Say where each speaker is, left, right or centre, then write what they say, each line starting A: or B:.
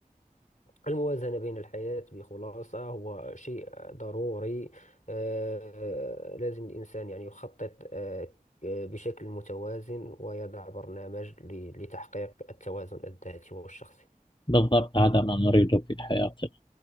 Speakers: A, on the left; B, on the left.
A: الموازنة بين الحياة بخلاصة هو شيء ضروري آه، لازم الإنسان يعني يخطط آه، بشكل متوازن ويضع برنامج ل- لتحقيق التوازن الذاتي والشخصي
B: بالضبط هذا ما نريده في حياتنا